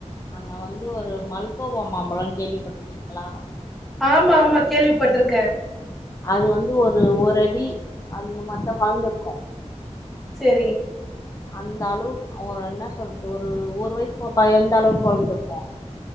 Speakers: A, on the left (about 25°); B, in the centre.
A: அங்க வந்து ஒரு மல்கோவா மாம்பழம்னு கேள்விப்பட்டுருக்கீங்களா
B: ஆமா ஆமா கேள்விப்பட்டிருக்கே
A: அது வந்து ஒரு ஒரு அடி அந்த மாரி தா வளந்திருக்கு
B: சேரி
A: அந்த அளவு ஒ என்ன சொல்றது ஒரு ஒரு வயசு பாப்பா எந்த அளவுக்கு வளந்திருக்கு